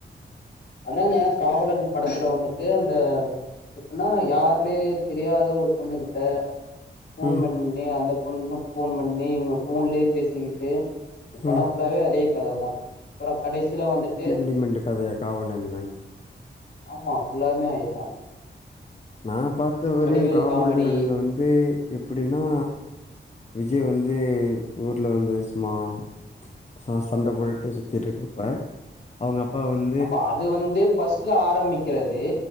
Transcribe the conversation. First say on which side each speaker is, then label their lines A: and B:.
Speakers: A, on the left; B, on the left.
A: அதாங்க காவலன் படத்துல வந்துட்டு அந்த எப்புன்னா யார்னே தெரியாத ஒரு பொண்ணு கிட்ட ஃபோன்
B: ம்
A: பண்ணி அந்த பொண்ணு ஃபோன் பண்ணி இவுங்க ஃபோன்லியே பேசிகிட்டு இந்த படோ
B: ம்
A: ஃபுல்லாவே அதேக் கததா அப்பறோ கடைசில வந்துட்டு
B: டிம்மெண்டுக்கதையக் காவனில்னின்
A: ஆமா ஃபுல்லாமே அயேதா
B: நா பாத்த வரையுங்
A: வடிவேலு
B: காவல்
A: காமெடி
B: எல்ன வந்து எப்புடின்னா விஜய் வந்து ஊர்ல வந்து சும்மா ச சண்ட போடுட்டு சுத்திட்ருக்குவுப்ப அவுங்க அப்பா வந்
A: ஆமா அது வந்து ஃபர்ஸ்ட்ல ஆரம்மிக்கிறது